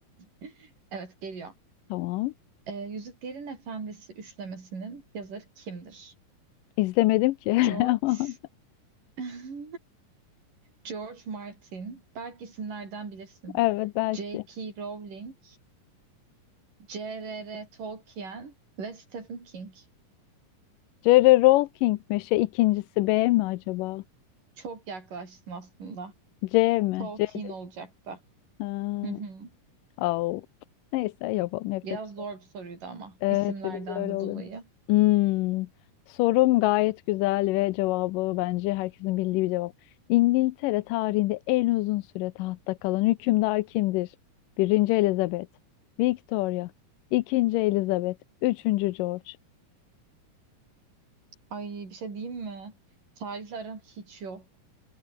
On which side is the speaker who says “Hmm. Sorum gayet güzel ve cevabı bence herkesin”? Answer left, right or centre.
Left